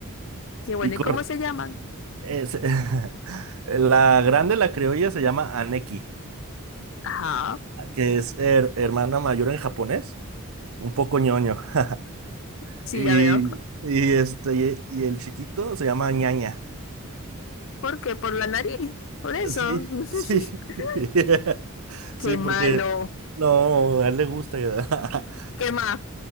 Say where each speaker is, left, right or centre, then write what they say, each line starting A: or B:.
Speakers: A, on the left; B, on the right.
A: Qué bueno,
B: Y corre.
A: ¿y cómo se llaman?
B: es- <laughs> La grande, la criolla, se llama Aneki.
A: Ajá,
B: que es her- hermana mayor en japonés, un poco ñoño. <laughs>
A: sí,
B: Y,
A: ya veo.
B: y este, y el chiquito se llama ñaña.
A: ¿Por qué? Por la nariz, por eso.
B: Sí, sí.
A: <laughs>
B: <laughs> Sí,
A: Qué malo.
B: porque no, a él le gusta. <laughs>
A: ¿Qué más?